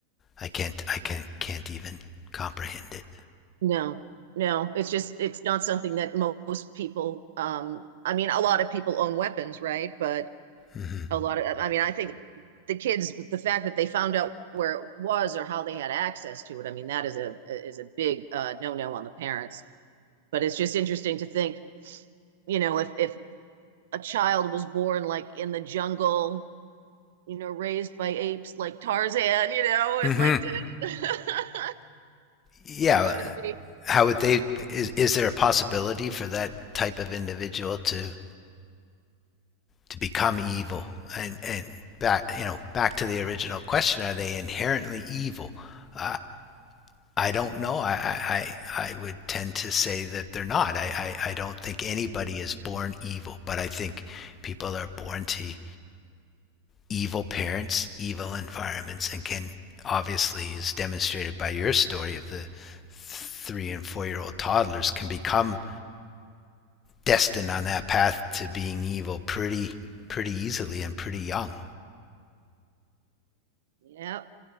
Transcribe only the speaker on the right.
no, no, it's just, it's not something that most people, um, I mean, a lot of people own weapons, right? But
a lot of i mean i think the kids the fact that they found out where it was or how they had access to it i mean that is a is a big uh, no no on the parents but it's just interesting to think you know if if a child was born like in the jungle you know raised by apes like tarzan you know
it's like <laughs>
how did they
yeah